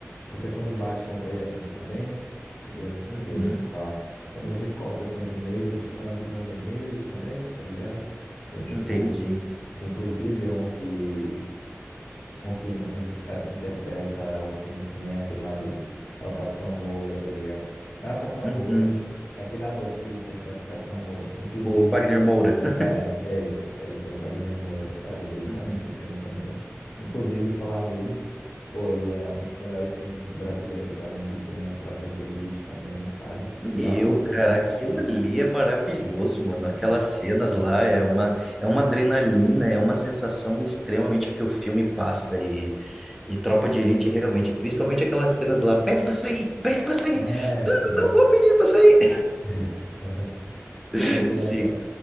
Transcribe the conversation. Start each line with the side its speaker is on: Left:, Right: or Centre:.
Left: Você, quando bate, não dói a gente também. Entendeu?
Centre: Uhum,
Left: Que fala. Quando você corta o sangue negro, o sangue não é vermelho também, tá ligado? Então, tipo,
Centre: entendi.
Left: que inclusive é um que. Um, que, um dos caras que interpreta o filme também é aquele lá do. É o Capitão Moura, tá ligado? Não é o Capitão
Centre: Uhum.
Left: Moura. É aquele ator que interpreta o Capitão Moura, que inclusive.
Centre: O Wagner Moura. <laughs>
Left: É, é, é isso, é o Wagner Moura, sabe? Ele tá
Centre: Uhum.
Left: nesse filme também. Inclusive, em falar nele, pô, ele é um dos melhores filmes brasileiros pra mim que tem, a Tropa de Elite também, sabe?
Centre: Meu,
Left: E Auto da Compadecida.
Centre: cara, aquilo ali é maravilhoso, mano. Aquelas
Left: É,
Centre: cenas lá é uma, é uma adrenalina, é uma sensação extremamente que o filme passa. E, e Tropa de Elite, realmente, principalmente aquelas cenas lá: pede pra sair, pede pra sair.
Left: é,
Centre: Não,
Left: sim,
Centre: não
Left: sim.
Centre: vou pedir pra sair.
Left: <laughs>
Centre: <laughs>
Left: Muito engraçado.
Centre: Sim.